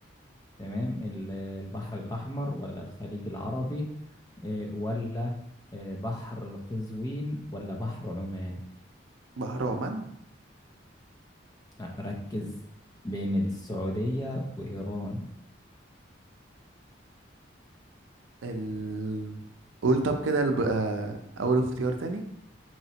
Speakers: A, on the left; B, on the right.
A: تمام ال- البحر الأحمر ولا الخليج العربي آه، ولا آه، بحر قزوين ولا بحر عمان
B: بهرمان
A: لا ركز بين السعودية وإيران
B: ال... قول طب كده الب... آه، اول اختيار تاني